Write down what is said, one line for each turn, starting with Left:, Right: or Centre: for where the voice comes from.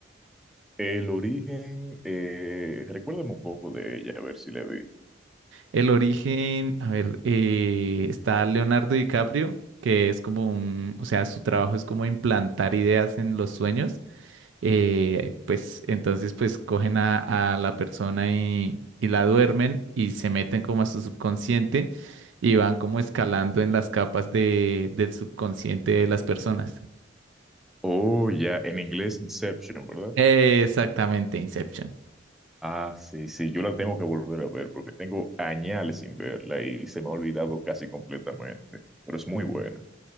Centre: El origen, eh, recuérdame un poco de ella, a ver si la vi.
Right: El Origen, a ver, eh, está Leonardo DiCaprio, que es como un, o sea, su trabajo es como implantar ideas en los sueños. Eh, pues entonces, pues cogen a, a la persona y, y la duermen y se meten como a su subconsciente y van como escalando en las capas de, del subconsciente de las personas.
Centre: Oh, ya, en inglés Inception, ¿verdad?
Right: Eh, exactamente, Inception.
Centre: Ah, sí, sí, yo la tengo que volver a ver porque tengo añales sin verla y se me ha olvidado casi completamente, pero es muy buena.